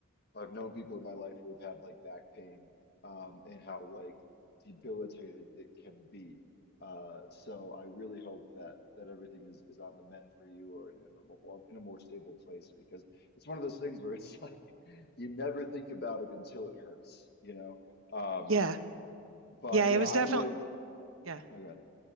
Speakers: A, on the left; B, on the right.
A: I've known people in my life who have had like back pain, um, and how like debilitating it can be. Uh, so I really hope that that everything is is on the mend for you, or in, in a more in a more stable place, because it's one of those things where it's <laughs> like you never think about it until it hurts, you know. Um,
B: Yeah.
A: but
B: Yeah, it
A: yeah,
B: was
A: I
B: definitely
A: live.
B: yeah.
A: No, God.